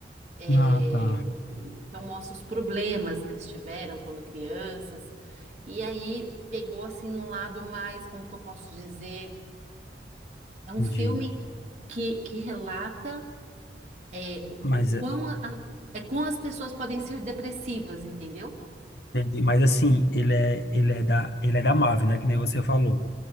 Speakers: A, on the right; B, on the left.
A: É,
B: Ah, tá,
A: então mostra os problemas que eles tiveram quando crianças, e aí pegou assim no lado mais, como que eu posso dizer, é um
B: entendi.
A: filme que, que relata é, o,
B: Mas
A: o quão a- é quão as pessoas podem ser depressivas, entendeu?
B: Entendi. Mas assim, ele é, ele é da, ele é da Marvel, né? Que nem você falou.